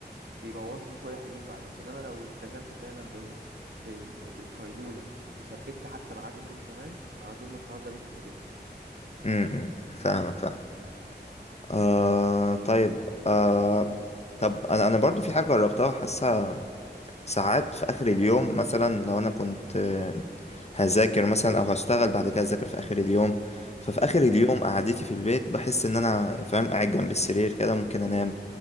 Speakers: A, on the right; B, on the left.
A: بيبوظ لي شوية حلوين بعدهم انما لو التزمت فعلا ب... بال... بالقيلولة وثبت حتى ميعاد النوم كمان اظن الحوار ده بيفرق جدا
B: امم فاهمك فاهم آه طيب آه طب أنا أنا برضو في حاجة جربتها حاسها ساعات في آخر اليوم مثلا لو أنا كنت آه، هذاكر مثلا أو هشتغل بعد كده أذاكر في آخر اليوم ففي آخر
A: مم.
B: اليوم قعدتي في البيت بحس إن أنا فاهم قاعد جنب السرير كده ممكن أنام